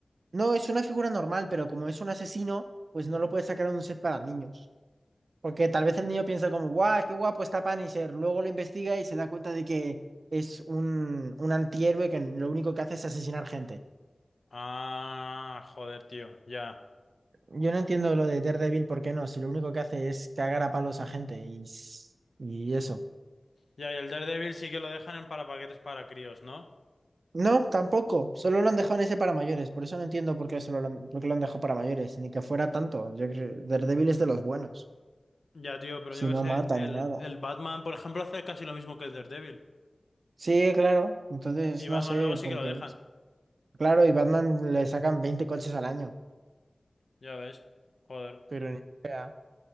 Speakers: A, on the right (about 85°); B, on the left (about 65°).
A: no, es una figura normal, pero como es un asesino, pues no lo puedes sacar en un set para niños. Porque tal vez el niño piensa como, guau, qué guapo está Punisher. Luego lo investiga y se da cuenta de que es un, un antihéroe que lo único que hace es asesinar gente.
B: Ah, joder, tío, ya.
A: Yo no entiendo lo de Daredevil, ¿por qué no? Si lo único que hace es cagar a palos a gente y, s- y eso.
B: Ya, y el Daredevil sí que lo dejan en para paquetes para críos, ¿no?
A: No, tampoco. Solo lo han dejado en ese para mayores. Por eso no entiendo por qué, solo lo han, por qué lo han dejado para mayores. Ni que fuera tanto. Yo creo, Daredevil es de los buenos.
B: Ya, tío, pero yo
A: Si
B: qué
A: no
B: sé,
A: mata
B: el,
A: ni nada.
B: el Batman, por ejemplo, hace casi lo mismo que el Daredevil.
A: Sí, claro. Entonces,
B: Y Batman
A: no sé
B: luego sí
A: por
B: que lo
A: qué.
B: dejan,
A: Claro, y Batman le sacan 20 coches al año.
B: ya ves. Joder,
A: pero ni idea.